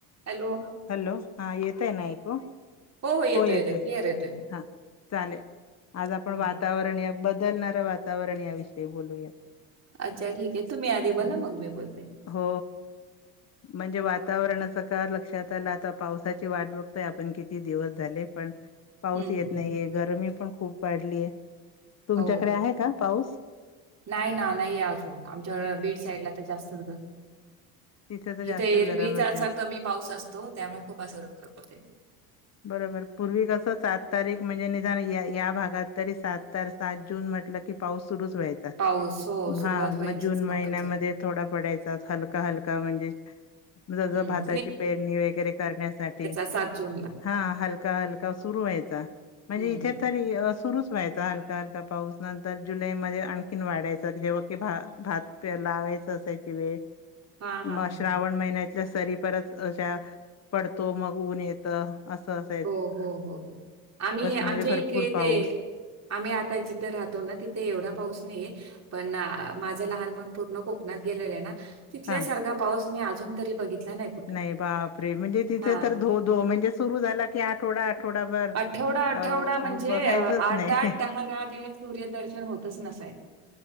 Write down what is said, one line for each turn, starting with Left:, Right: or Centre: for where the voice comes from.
Right: Hello.
Left: Hello हा येतय ना ऐको
Right: येतोय,
Left: हो येतय
Right: येतोय. क्लिअर येतोय.
Left: हा चालेल. आज आपण
Right: हं.
Left: वातावरण या बदलणारं वातावरण याविषयी बोलूयात-
Right: अच्छा ठीक आहे तुम्ही आधी बला
Left: चालेल
Right: ना मग मी बोलते.
Left: हो म्हणजे वातावरणाच का लक्षात त्याला आता पावसाची वाट बघतोय आपण किती दिवस झाले पण पाऊस
Right: हं.
Left: येत नाहीये गरमी पण खूप वाढलीय तुमच्याकडे
Right: हो.
Left: आहे का पाऊस
Right: नाही ना नाहीये अजून आमच्या बीड साईडला तर जास्तर.
Left: तिथे तर जास्तीच
Right: इथे एरवीचाचा
Left: गरम असेल
Right: कमी पाऊस असतो त्यामुळे खूप सार फरक होते.
Left: बरोबर पूर्वी कस सात तारीख म्हणजे निदान या भागात तरी सात तार. सात जून म्हटलं की पाऊस सुरुच व्हायचा
Right: पाऊस हो, सुरुवात
Left: हा
Right: व्हायचीच
Left: मग जून
Right: कंपल्सरी.
Left: महिन्यामध्ये. थोडा पडायचा हलका हलका म्हणजे. ज
Right: हं.
Left: ज भाताची पेरणी वगैरे करण्यासाठी
Right: सात जूनला
Left: हा हलका हलका सुरू व्हायचा म्हणजे
Right: हं.
Left: इथे, तरी सुरूच व्हायचा हलका हलका पाऊस. नंतर जुलैमध्ये आणखीन वाढायचा जेव्हा की भात फेर लावायचं असायची वेळ
Right: हां, हां,
Left: मग
Right: हां.
Left: श्रावण महिन्यातल्या सरी परत अशा पडतो. मग ऊन येतं. असं अस
Right: हो हो हो हो आम्ही आमचे
Left: मध्ये भरपूर
Right: इथ
Left: पाऊस
Right: ते आम्ही आता जिथे राहतो ना. तिथे एवढा पाऊस नाहीये. पण माझं लहानपण पूर्ण कोकणात गेलेले आहे ना. तिथल्यासारखा
Left: हा
Right: पाऊस मी अजून तरी बघितला नाही. कुठं
Left: नाही. बापरे, म्हणजे तिथे
Right: हा
Left: तर धो धो म्हणजे सुरु झाला की आठवडा आठ वडा भर
Right: आठवडा आठवडा
Left: अ
Right: म्हणजे
Left: बघायचच
Right: अ, आठ
Left: नाही.
Right: आठ दहा दहा दिवस सूर्यदर्शन होतच नसायचं